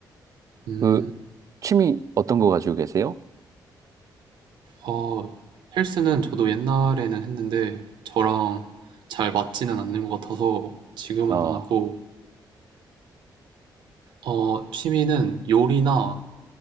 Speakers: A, on the right; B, on the right.
A: 음,
B: 그 취미 어떤 거 가지고 계세요?
A: 어, 헬스는 저도 옛날에는 했는데 저랑 잘 맞지는 않는 것 같아서 지금은
B: 어,
A: 안 하고, 어, 취미는 요리나